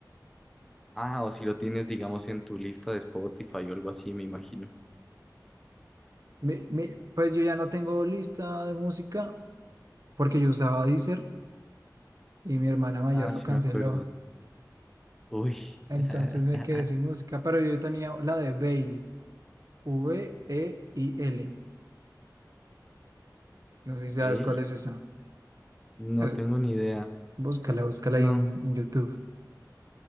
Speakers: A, in the centre; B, on the right.
A: Ah, o si lo tienes, digamos, en tu lista de Spotify o algo así, me imagino.
B: mi- mi- pues yo ya no tengo lista de música porque yo usaba Deezer y mi hermana mayor
A: Ah,
B: lo
A: sí
B: canceló.
A: me acuerdo. Uy.
B: Entonces
A: <laughs>
B: me quedé sin música, pero yo tenía la de Veil V-E-I-L. No sé si sabes
A: ¿Fail?
B: cuál es esa.
A: No
B: Es-
A: tengo ni idea.
B: búscala, búscala
A: No,
B: ahí en, en YouTube.